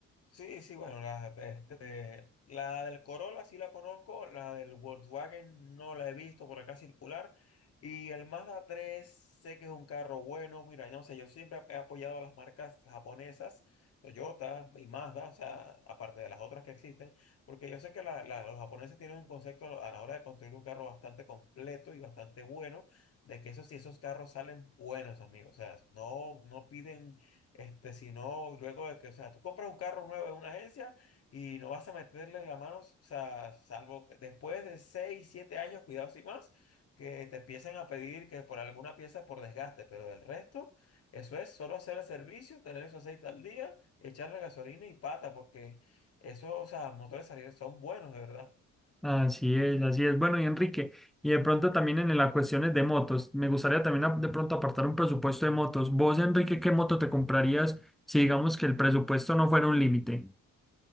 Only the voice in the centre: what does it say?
Así es, así es. Bueno, y Enrique, y de pronto también en las cuestiones de motos, me gustaría también a- de pronto apartar un presupuesto de motos. Vos, Enrique, ¿qué moto te comprarías si digamos que el presupuesto no fuera un límite?